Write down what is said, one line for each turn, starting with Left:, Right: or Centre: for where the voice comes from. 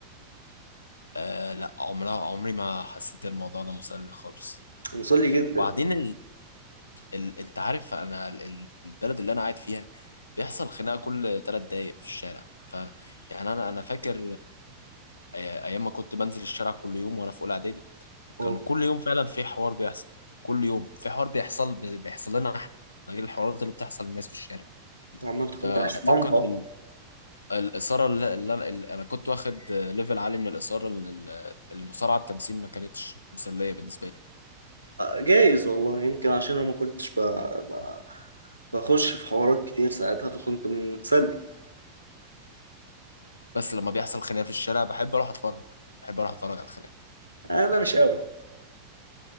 Left: آه، لا عمرها عمري ما حسيت الموضوع ده مسلي خالص
Right: مسلي جدا
Left: بعدين ال... انت عارف انا ال- البلد اللي انا قاعد فيها بيحصل خناقه كل ثلاث دقايق في الشارع ف يعني انا انا فاكر آه، ايام ما كنت بنزل الشارع كل يوم وانا في اولى اعدادي
Right: اه
Left: كان كل يوم فعلا في حوار بيحصل كل يوم في حوار بيحصل بي- بيحصل لنا احنا ده غير الحوارات اللي بتحصل للناس في الشارع
Right: انت عم انت كنت
Left: فاعتقد
Right: عايش في منطقة
Left: ال... الاثاره اللي, اللي انا اللي انا كنت واخد آه، ليفل عالي من الاثاره إن ال- المصارعه التمثيل ما كانتش مسليه بالنسبه لي
Right: جايز والله يمكن عشان انا ما كنتش ب... ب... بخش في حوارات كتير ساعتها فكنت متسلي
Left: بس لما بيحصل خناقه في الشارع بحب اروح اتفرج بحب اروح اتفرج على الخناقه
Right: انا مش قوي